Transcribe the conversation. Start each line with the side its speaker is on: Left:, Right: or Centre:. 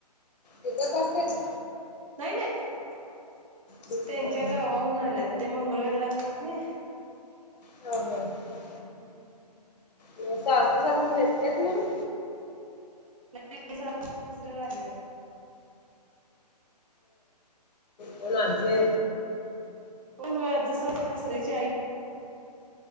Left: ते इथंच असतेच?
Right: नाही -नाही
Left: दुसरं
Right: त्यांच्या गावाहून आल्यात ते मंगळवेढला असतात ना यी
Left: <unintelligible>
Right: हू!
Left: मं सासू सासरे नेत्यात म्हणून.
Right: नाही सासूं सासरे वारल्यात.
Left: हो ना जे.
Right: हम्म होय होय, आमच सासू सासरेची आई.